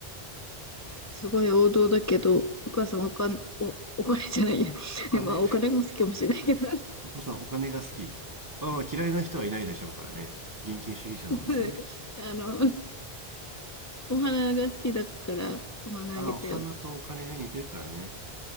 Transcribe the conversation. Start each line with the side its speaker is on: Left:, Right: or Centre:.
Left: すごい王道だけど、お母さんお金、お、お金じゃないや。<laughs>
Right: お金、
Left: まあ、お金も好きかもしれないけど、
Right: お母さんお金が好き。まあまあ嫌いな人はいないでしょうからね。現金主義者なんですね。
Left: <laughs> あの、お花が好きだから、お花あげたよ。
Right: ああ、お花とお金ね、似てるからね。